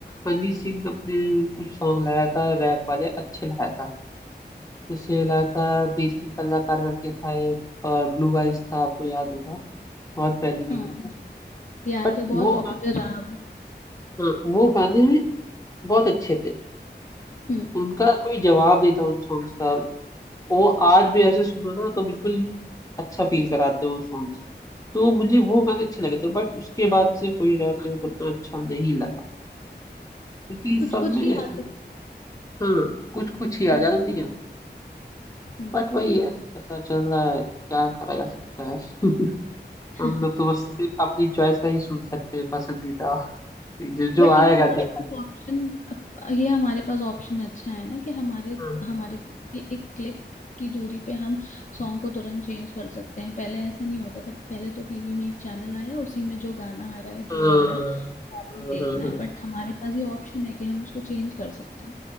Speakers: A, on the left (about 20°); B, on the left (about 45°).
A: हनी सिंह अपने कुछ सॉन्ग लाया था रैप वाले अच्छे लाया था जैसे लाया था देसी कलाकार करके था एक और ब्लू आइज था आपको याद होगा बहुत पहले की
B: हाँ
A: बात है
B: याद
A: बट
B: है
A: वो
B: बहुत पॉपुलर रहा
A: हाँ, वो गाने बहुत अच्छे थे
B: हम्म
A: उनका कोई जवाब नहीं था उन सॉन्ग्स का वो आज भी ऐसे सुनो ना तो बिल्कुल अच्छा फील कराते हैं वो सॉन्ग्स तो मुझे वो गाने अच्छे लगे थे बट उसके बाद से कोई रैप मेरे को उतना अच्छा नहीं लगा क्योंकि
B: कुछ
A: सब
B: कुछ
A: में
B: ही
A: ऐसे
B: आते
A: हाँ कुछ कुछ ही आ
B: हाँ
A: ज्यादा नहीं आते
B: हम्म
A: बट वही है ऐसा चल रहा है क्या करा जा सकता है <laughs>
B: <laughs>
A: हम लोग तो बस अपनी चॉइस का ही सुन सकते हैं पसंदीदा जो जो
B: बट
A: आएगा
B: ये हमारे
A: देखा
B: पास
A: जाएगा
B: ऑप्शन ये हमारे पास ऑप्शन अच्छा है ना कि हमारे
A: हाँ
B: हमारे ये एक क्लिक की दूरी पे हम सॉन्ग को तुरंत चेंज कर सकते हैं पहले ऐसा नहीं होता था पहले तो टीवी में एक चैनल आया उसी में जो गाना आ रहा है
A: हाँ
B: जो आ रहा है वो आपने
A: हाँ
B: देखना
A: हाँ हाँ।
B: है
A: हाँ।
B: बट हमारे पास ये ऑप्शन है कि हम उसको चेंज कर सकते हैं